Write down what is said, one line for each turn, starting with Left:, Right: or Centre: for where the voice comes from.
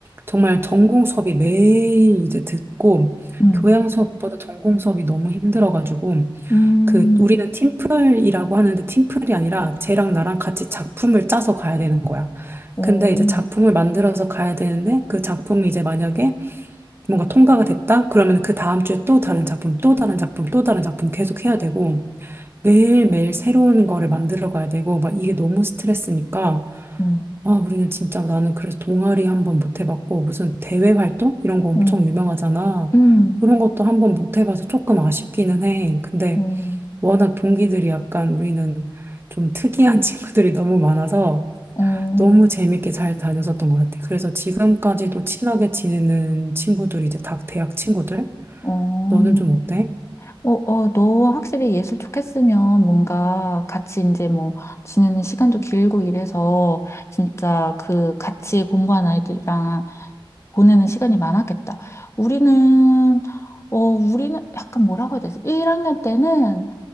Right: 정말 전공 수업이 매일 이제 듣고,
Left: 음,
Right: 교양 수업보다 전공 수업이 너무 힘들어가지고,
Left: 음,
Right: 그 우리는 팀플이라고 하는데 팀플이 아니라 쟤랑 나랑 같이 작품을 짜서 가야 되는 거야.
Left: 오,
Right: 근데 이제 작품을 만들어서 가야 되는데 그 작품이 이제 만약에 뭔가 통과가 됐다? 그러면 그 다음 주에 또 다른 작품, 또 다른 작품, 또 다른 작품 계속 해야 되고 매일매일 새로운 거를 만들어 가야 되고 막 이게 너무 스트레스니까
Left: 어,
Right: 아 우리는 진짜 나는 그래서 동아리 한 번 못 해봤고 무슨 대외 활동 이런 거 엄청
Left: 어,
Right: 유명하잖아.
Left: 음,
Right: 그런 것도 한 번 못 해봐서 조금 아쉽기는 해. 근데
Left: 어,
Right: 워낙 동기들이 약간 우리는 좀 특이한 <laughs> 친구들이 너무 많아서
Left: 어,
Right: 너무 재밌게 잘 다녔었던 것 같아. 그래서 지금까지도 친하게 지내는 친구들이 이제 다 대학 친구들?
Left: 어.
Right: 너는 좀 어때?
Left: 어, 어, 너 확실히 예술 좋겠으면 뭔가 같이 이제 뭐 지내는 시간도 길고 이래서 진짜 그 같이 공부한 아이들이랑 보내는 시간이 많았겠다. 우리는, 어, 우리는 약간 뭐라고 해야 되지? 1학년 때는